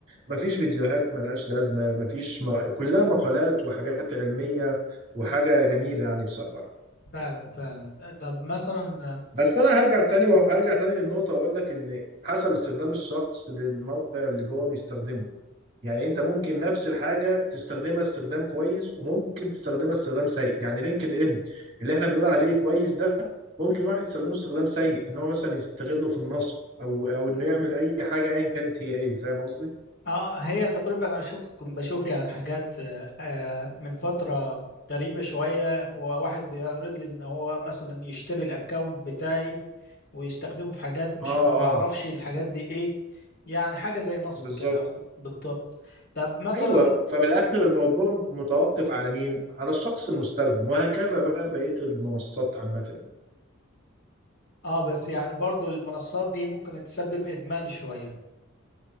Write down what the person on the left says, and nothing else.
فعلا فعلا طب مثلا
اه هي تقريبا انا شفت كنت بشوف يعني حاجات آه، آه، من فترة غريبة شوية هو واحد بيعرض لي ان هو مثلا يشتري الاكونت بتاعي ويستخدمه في حاجات مش
ما
اعرفش الحاجات دي ايه يعني حاجة زي نصب
كده بالضبط طب مثلا
اه بس يعني برضو المنصات دي ممكن تسبب ادمان شوية